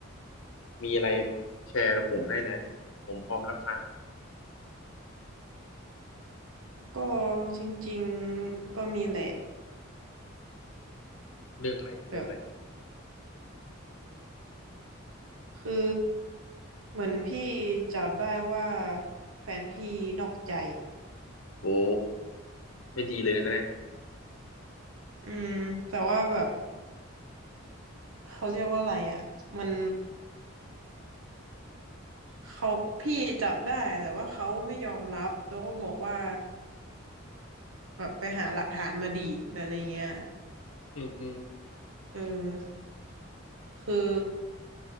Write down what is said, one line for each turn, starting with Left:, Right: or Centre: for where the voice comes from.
Left: มีอะไรแชร์กับผมได้นะผมพร้อมรับฟัง
Right: ก็จริงๆก็มีแหละ
Left: เรื่องอะไรเรื่องอะไร
Right: แบบคือเหมือนพี่จับได้ว่าแฟนพี่นอกใจ
Left: โอ้ไม่ดีเลยนะเนี่ย
Right: อืมแต่ว่าแบบเขาเรียกว่าอะไรอ่ะ มันเขาพี่จับได้แต่ว่าเขาไม่ยอมรับแล้วก็บอกว่าแบบไปหาหลักฐานมาดีอะไรเงี้ย
Left: อืมอืม
Right: เออคือ